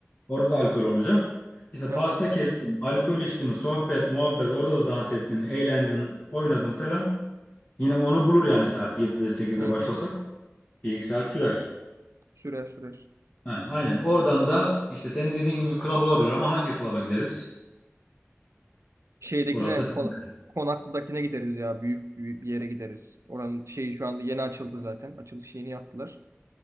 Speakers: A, on the left (about 35°); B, on the right (about 80°).
A: Orada da alkol olacak. İşte
B: Hı
A: pasta
B: hı.
A: kestim, alkol içtim, sohbet, muhabbet. Orada da dans ettin, eğlendin, oynadın falan. Yine onu bulur yani saat 7'de 8'de
B: Hı
A: başlasak.
B: hı.
A: bir iki saat sürer.
B: Sürer sürer.
A: Ha, aynen. Oradan da işte senin dediğin gibi club olabilir ama hangi club'a gideriz?
B: Şeydekine
A: Orası da
B: kona-
A: sende.
B: Konaklı'dakine gideriz ya. Büyük, büyük bir yere gideriz. Oranın şeyi şu anda yeni açıldı zaten. Açılış yeni yaptılar.